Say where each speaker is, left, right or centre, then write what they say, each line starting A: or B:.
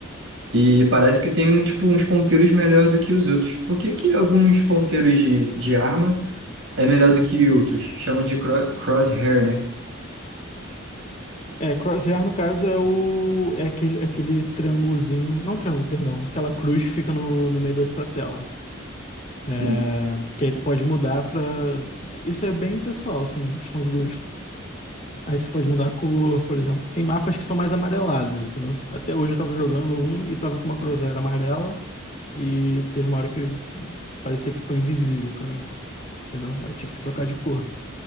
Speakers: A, on the right; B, on the left.
A: E parece que tem um, tipo, uns ponteiros melhor do que os outros. Por que que alguns ponteiros de, de arma é melhor do que outros? Chama de cro- crosshair, né?
B: É, crosshair no caso é o é aquele, é aquele triângulozinho, não triângulo, perdão, aquela cruz que fica no, no meio da sua tela,
A: Sim,
B: É, que aí tu pode mudar para isso é bem pessoal, assim, questão de gosto. Aí você pode mudar a cor, por exemplo. Tem mapas que são mais amarelados, entendeu? Até hoje eu tava jogando um e tava com uma crosshair amarela e teve uma hora que parecia que ficou invisível para mim, entendeu? Aí Eu tive que trocar de cor.